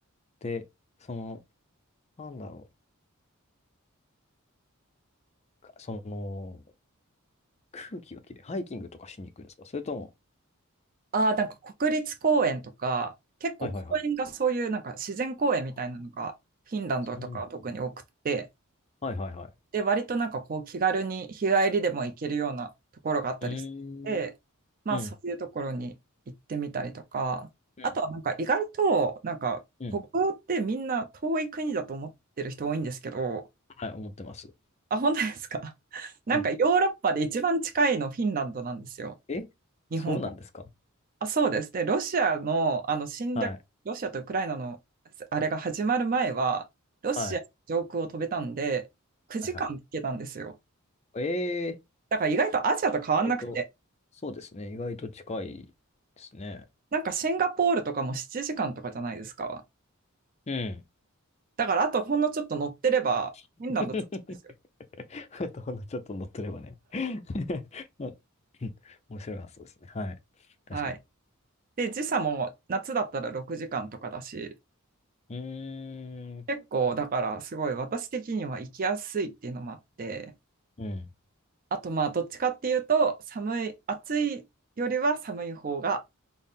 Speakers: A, on the left (about 30°); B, on the right (about 40°).
A: で、その、なんだろう。かその、空気がきれい。ハイキングとかしに行くんですかそれとも、
B: ああ、なんか国立公園とか、結構公園がそういうなんか自然公園みたいなのがフィンランドとかは特に多くって、
A: はいはいはい。あそうなのはいはいはい。
B: で、割となんかこう気軽に日帰りでも行けるようなところがあったりして、
A: うーん、
B: まあそういうところに行ってみたりとか、
A: うん、うん、
B: あとはなんか意外となんか北欧ってみんな遠い国だと思ってる人多いんですけど、
A: うん。はい、思ってます。
B: あ、本当ですか <laughs> なんかヨーロッパで一番近いのフィンランドなんですよ。
A: うん。え
B: 日本から
A: そうなんですか
B: あ、そうです。で、ロシアの、あの侵略、
A: はい、
B: ロシアとウクライナのあれが始まる前は、ロシア上空を飛べたんで、
A: はい、
B: 9時間で行けたんですよ。
A: はいはい。え
B: だから意外とアジアと変わんなくて、
A: ー、意外と、そうですね。意外と近いですね。
B: なんかシンガポールとかも7時間とかじゃないですか。
A: うん。
B: だからあとほんのちょっと乗ってれば、
A: <laughs>
B: フィンランド着くんですよ。
A: <laughs> とほんのちょっと乗ってればね。<laughs> うん面白い発想ですね。はい。確かに。
B: はい。で、時差も夏だったら6時間とかだし、
A: うーん。
B: 結構だからすごい私的には行きやすいっていうのもあって、
A: うん。
B: あとまあどっちかっていうと、寒い、暑いよりは寒い方が